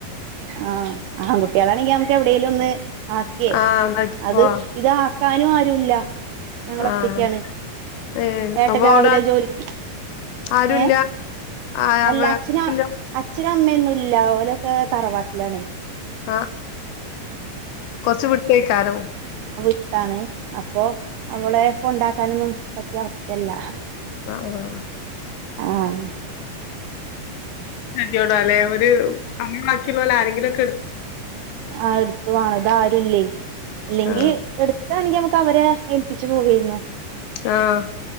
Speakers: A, on the right; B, on the left.
A: ആഹ് ആഹ് കുട്ടികളാണെങ്കിൽ നമ്മുക്ക് എവിടേലും ഒന്ന് ആക്കേ
B: ആഹ് ഉണ്ടാക്കി
A: അത്
B: പോവാ
A: ഇതാ ക്കാനും ആരുല്ല ഞങ്ങള
B: ആഹ്
A: ഒറ്റക്കാണ്
B: ഏഹ്
A: ഏട്ടൻ
B: അപ്പൊ
A: രാവിലെ
B: അവിടെ
A: ജോലിക്ക്
B: ആരുല്ല
A: ഏ
B: ആ
A: അല്ല
B: വേറെല്ല
A: അച്ഛനും അമ്മയും എല്ലാ പോലെയൊക്കെ തറവാട്ടിലാണ
B: ആഹ കൊറച്ച് വിട്ടേക്കാരോ
A: ട്ടാണ് അപ്പോ നമ്മുടെ കൊണ്ടാക്കാനൊന്നും പറ്റിയ അവസ്ഥല്ല
B: ആഹ ആഹ
A: ആഹ
B: ച്ചോട അല്ലെ അവര് അമ്മ ബാക്കിയുള്ള പോലെ ആരെങ്കിലുംക്കെ
A: ആഹ എടുത്ത വേണം അത് ആരുുംല്ലേ അല്ലെങ്കി
B: ആ
A: എടുത്താണെങ്ക അവരെ ഏൽപ്പിച്ചച്ച് പോവരുന്നു
B: ആഹ